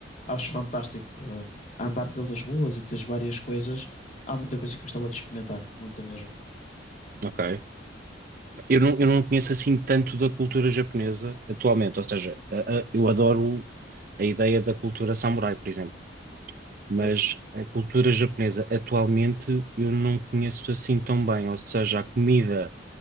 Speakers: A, on the left (about 40°); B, on the right (about 50°).
A: Acho fantástico ah, andar pelas ruas e teres várias coisas. Há muita coisa que eu gostava de experimentar. Muita mesmo.
B: Ok. Eu não, eu não conheço assim tanto da cultura japonesa atualmente, ou seja, a- a- eu adoro a ideia da cultura samurai, por exemplo, mas
A: Exato.
B: a cultura japonesa atualmente eu não conheço assim tão bem, ou seja, a comida,